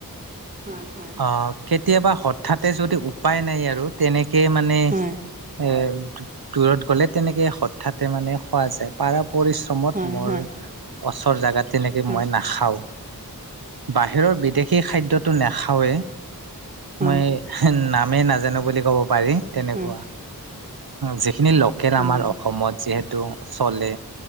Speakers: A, on the right; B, on the right.
A: হয়, হয়।
B: অ কেতিয়াবা হঠাতে যদি উপায় নাই আৰু তেনেক কে মানে
A: হয়,
B: এ দু দূৰত গলে তেনেকে হঠাতে মানে খোৱা যায়, পাৰা পৰিশ্ৰমত
A: হয়,
B: মোৰ
A: হয়,
B: ওচৰ জেগাত তেনেকে
A: হয়,
B: মই নাখাওঁ। বাহিৰৰ বিদেশী খাদ্যটো নাখাওঁৱে,
A: হয়,
B: মই না আমি নাজানো বুলি ক'ব পাৰি, তেনেকুৱা।
A: হয়,
B: যে সেইখিনি লোকেল
A: উম,
B: আমাৰ অসমত যিহেতু টো চলে,